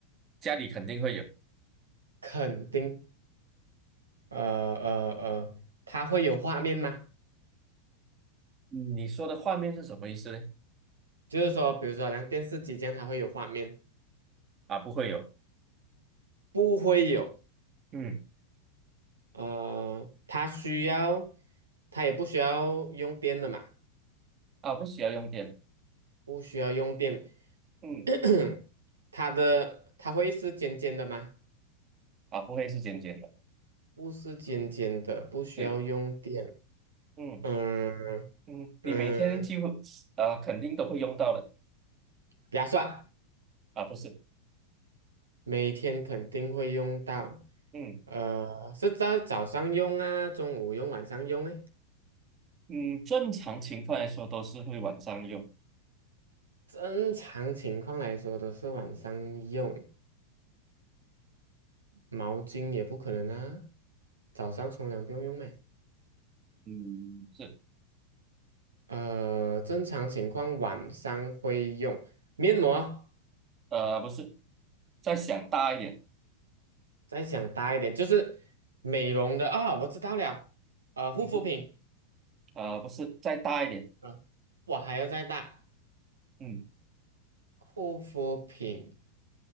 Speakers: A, on the right; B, on the right.
A: 家里肯定会有。
B: 肯定，呃呃呃，它会有画面吗？
A: 你说的画面是什么意思呢？
B: 就是说，比如说好像电视机这样，它会有画面，
A: 啊，不会有，
B: 不会有。
A: 嗯，
B: 呃，它需要，它也不需要用电的嘛。
A: 啊，不需要用电的，
B: 不需要用电，
A: 嗯，
B: <clears throat> 它的它会是尖尖的吗？
A: 啊，不会是尖尖的，
B: 不是尖尖的，不需要用电。
A: 对，嗯
B: 嗯
A: 嗯，你每天几乎呃肯定都会用到的，
B: 嗯，牙刷
A: 啊，不是，
B: 每天肯定会用到，
A: 嗯
B: 呃，是在早上用啊，中午用，晚上用诶。
A: 嗯，正常情况来说都是会晚上用。
B: 正常情况来说都是晚上用，毛巾也不可能啊，早上冲凉不用用咩？
A: 嗯，是，
B: 呃，正常情况晚上会用面膜。
A: 呃，不是，再想大一点，
B: 再想大一点，就是美容的啊、我知道了，呃，护肤品，
A: 嗯哼，呃，不是，再大一点，
B: 啊，我还要再大，
A: 嗯
B: 护肤品，